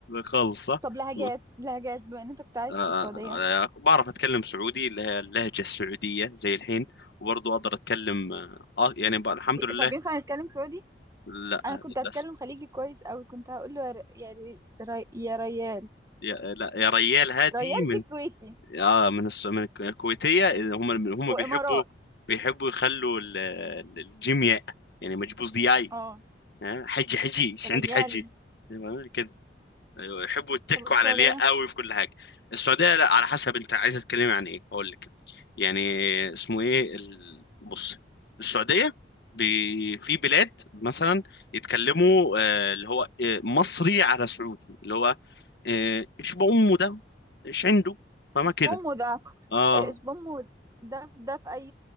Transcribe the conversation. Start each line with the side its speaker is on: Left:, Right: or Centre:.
Left: خالص صح
Right: طب لهجات
Left: و-
Right: لهجات بما ان انت كنت عايش
Left: آه، آه،
Right: في السعوديه
Left: آه، آه، بعرف اتكلم سعودي اللي هي اللهجه السعوديه زي الحين وبرضه اقدر اتكلم اه آه، يعني ب- الحمد لله
Right: طب ينفع نتكلم سعودي
Left: لا
Right: انا
Left: آه،
Right: كنت
Left: للاسف
Right: هتكلم خليجي كويس قوي كنت هقول له يا ر... يا ر... يا ريال
Left: يا لا يا ريال هادي
Right: ريال
Left: من
Right: دي كويتي
Left: اه من الس- من الك- الكويتيه هم هم
Right: وامارات
Left: بيحبوا بيحبوا يخلوا ال- ال- الجيم ياء يعني مجبوز دياي
Right: اه
Left: ها؟ حجي حجي ايش
Right: ريالي
Left: عندك حجي يعني أيوة، يحبوا يتكوا
Right: طب السعودية
Left: على الياء قوي في كل حاجه السعوديه لا على حسب انت عايزه تتكلمي عن ايه هقول لك يعني اسمه ايه ال... بص السعوديه بي... في بلاد مثلا يتكلموا آه، اللي هو آه، مصري على سعودي اللي هو آه، ايش بأمه ده ايش عنده فما
Right: مش
Left: كده
Right: بومو ده
Left: اه
Right: مش بومو ده ده في أي